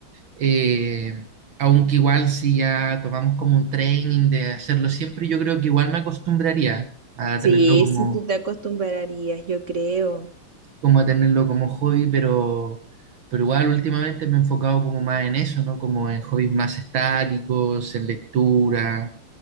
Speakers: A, on the right (about 65°); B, on the right (about 35°).
A: eh, aunque igual si ya tomamos como un training de hacerlo siempre, yo creo que igual me acostumbraría a
B: Sí,
A: tenerlo como
B: sí, tú te acostumbrarías, yo creo.
A: como a tenerlo como hobby, pero, pero igual últimamente me he enfocado como más en eso, ¿no? Como en hobbies más estáticos, en lectura,